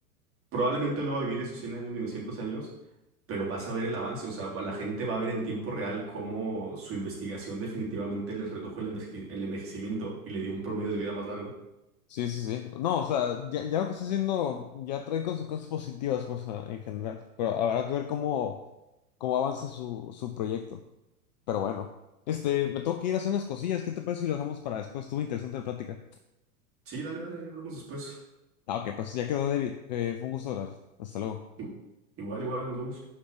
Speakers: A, on the right; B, on the left.
A: probablemente no va a vivir esos 100 años ni 200 años, pero vas a ver el avance, o sea, la gente va a ver en tiempo real cómo su investigación definitivamente le redujo el enveje- el envejecimiento y le dio un promedio de vida más largo.
B: Sí, sí, sí. No, o sea, ya, ya lo que está haciendo ya trae consecuencias positivas, pues, a- en general. Pero habrá que ver cómo, cómo avanza su, su proyecto. Pero bueno, este, me tengo que ir a hacer unas cosillas. ¿Qué te parece si lo dejamos para después? Estuvo interesante la plática.
A: Sí, dale, dale, ya hablamos después.
B: Ah, ok, pues ya quedó, David. Eh, fue un gusto hablar. Hasta luego.
A: Ig- Igual, igual, nos vemos.